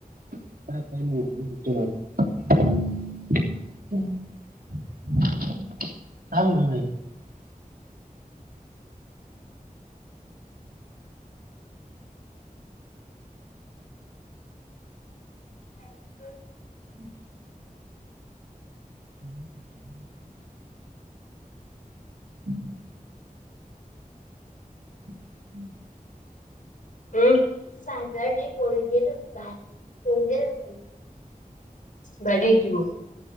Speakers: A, on the right; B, on the left.
A: का का नाही <unintelligible> <inaudible> ल घ <inaudible> <unintelligible> <inaudible>
B: अ
A: हम्म हम्म ह हम्म हम्म
B: हम् साजरली पोळी देत होत पोळी देत हो भाजीली बी